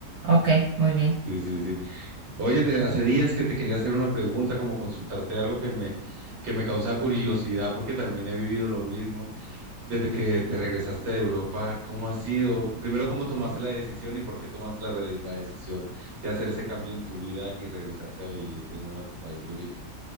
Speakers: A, on the right (about 75°); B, on the right (about 45°).
A: ok, muy bien.
B: Sí, sí, sí. Oye, te- hace días que te quería hacer una pregunta, como consultarte algo que me, que me causa curiosidad, porque también he vivido lo mismo. Desde que te regresaste de Europa, ¿cómo ha sido? Primero, ¿cómo tomaste la decisión y por qué tomaste la, re- la decisión de hacer ese cambio en tu vida y regresarte a vivir de nuevo a tu país de origen?